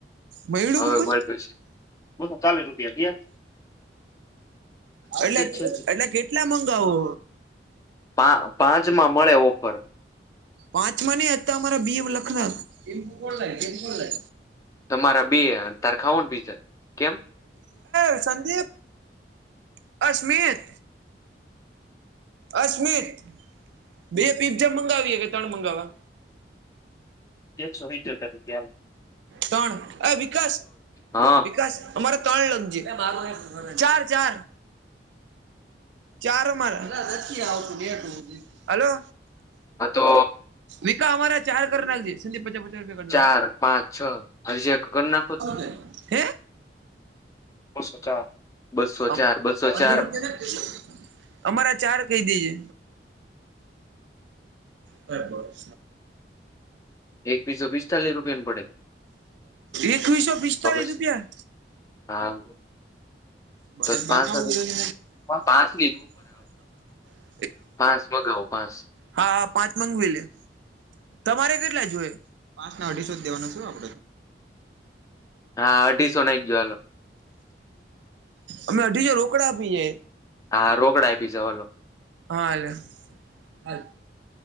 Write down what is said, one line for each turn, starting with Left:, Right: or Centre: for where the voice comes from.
Right: મયળું
Left: હવે
Right: કુપન
Left: મળ બું <unintelligible> ચાલી રૂપિયા થયા.
Right: એટલે
Left: છે
Right: એટલે કેટલા મંગાવો
Left: પા પાંચમાં મળે ઓફર
Right: પાંચમાં નઈ હતા અમારા <inaudible> બી લખન
Left: તમારા બે તરખાઓન બી છે. કેમ.
Right: અ સંદીપ અ સ્મિત અ સ્મિત બે પીઝા મંગાવીએ કે ત્રણ મંગાવવા
Left: એકસો સીતયોતેર રૂપિયા આલો.
Right: તણ અ વિકાસ
Left: હા
Right: વિકાસ અમારે ત્રણ લખ છે. ચાર ચાર ચારો મારા આવતું હલો.
Left: હા, તો.
Right: વિકા અમારા ચાર કર નાખજે પચ પચાસ રૂપિયા
Left: ચાર પાંચ છ હજી એક કરી નાખો તો
Right: ક <unintelligible> હે
Left: બસો ચાર બસો ચાર
Right: મ
Left: બસો
Right: અંધસખ્યા
Left: ચાર
Right: છે. અમારા ચાર કહી દે છે. હબહ
Left: એક પીસો પિસ્તાલીસ રૂપિયાની પડે
Right: એકવીસો પિસ્તાળસ
Left: તો પછી
Right: રૂપિયા
Left: હા
Right: બટ
Left: તો
Right: બાટ
Left: પાંચ
Right: વખત
Left: પાંચ
Right: જ
Left: પાસ મગાાવો પાસ.
Right: હા પાંચ મગવી લે. તમારે કેટલા જોએ પાંચ ના અઢીસો જ દેવાનો છું. હ <inaudible>
Left: હા અઢીસો નાખજો હાલો
Right: અમે અઢીસો રોકડા આપીએ
Left: હા રોકડા આપી છે. હલો
Right: હાલ-હાલ